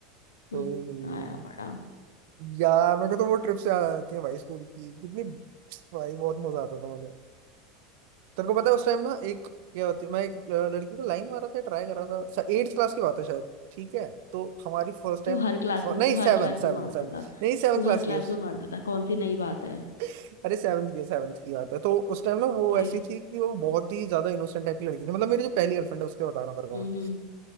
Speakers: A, on the left; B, on the right.
A: हम्म,
B: कोई नहीं
A: आया बड़ा
B: यार मेरे को तो वो ट्रिप से याद आ जाती है भाई स्कूल की कितनी भाई बहुत मजा आता था मुझे तेरे को पता है उस टाइम ना एक क्या होती मैं एक अ, लड़की को लाइन मारा था ट्राई कर रहा था एट्थ क्लास की बात है शायद ठीक है तो हमारी फर्स्ट टाइम
A: तू हर क्लास में
B: नहीं
A: तू हर
B: सेवन
A: क्लास
B: सेवन
A: में मारता
B: सेवन
A: था
B: नहीं सेवन
A: तू
B: क्लास
A: हर
B: की
A: क्लास
B: है
A: में मारता था कौन सी नई बात है
B: <laughs> अरे सेवन्थ की सेवन्थ की बात है तो उस टाइम ना वो
A: फिर
B: ऐसी थी कि वो बहुत ही ज्यादा इनोसेंट टाइप की लड़की थी मतलब मेरी जो पहली गर्लफ्रेंड है उसके बता रहा हूँ तेरे को
A: हम्म
B: मैं
A: हम्म